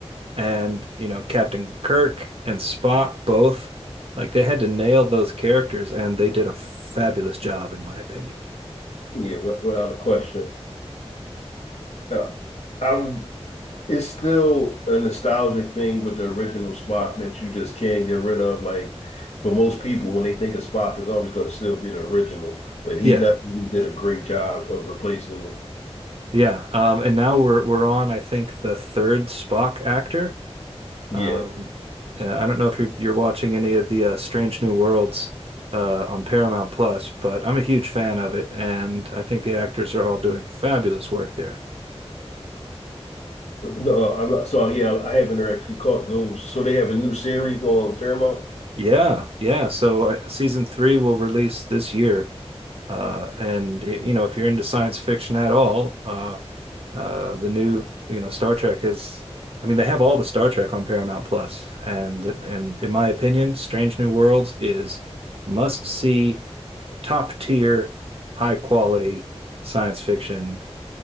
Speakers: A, on the right (about 60°); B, on the left (about 80°).
A: and you know Captain Kirk and Spock both like they had to nail those characters and they did a fabulous job in my opinion.
B: yeah, wi- without a question. Uh, I'm it's still a nostalgic thing with the original Spock that you just can't get rid of. Like for most people, when they think of Spock, it's always going to still be the original. But he
A: Yeah.
B: definitely did a great job of replacing him.
A: Yeah. Um and now we're we're on I think the third Spock actor.
B: Yeah,
A: Um uh, I don't know if you're you're watching any of the uh, Strange New Worlds uh on Paramount Plus, but I'm a huge fan of it and I think the actors are all doing fabulous work there.
B: no, I'm not. So yeah, I haven't actually caught those. So they have a new series on Paramount.
A: Yeah. Yeah. So uh, season 3 will release this year Uh, and it, you know, if you're into science fiction at all, uh, uh, the new you know Star Trek is. I mean, they have all the Star Trek on Paramount Plus, and and in my opinion, Strange New Worlds is must see, top tier, high quality science fiction